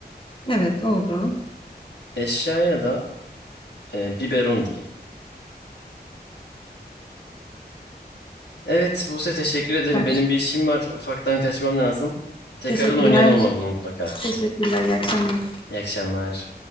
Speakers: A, on the left; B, on the left.
A: evet oldu.
B: Eşyaya da e, biberon diyeyim. Evet Buse teşekkür ederim.
A: Süper.
B: Benim bir işim var. Ufaktan kaçmam lazım. Tekrardan
A: Teşekkürler.
B: oynayalım ama bunu mutlaka.
A: Teşekkürler. İyi akşamlar.
B: İyi akşamlar.